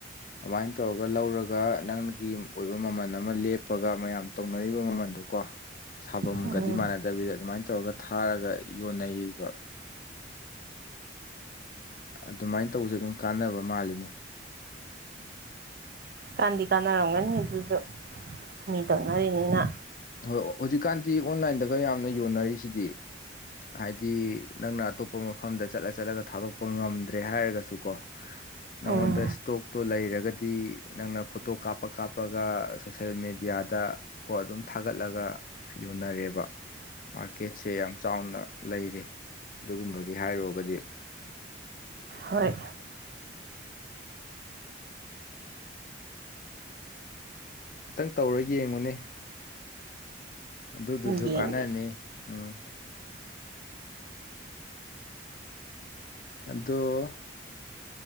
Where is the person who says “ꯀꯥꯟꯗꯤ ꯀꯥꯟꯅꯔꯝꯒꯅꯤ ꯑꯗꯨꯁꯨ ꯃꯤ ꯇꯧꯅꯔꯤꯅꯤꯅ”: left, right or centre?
Right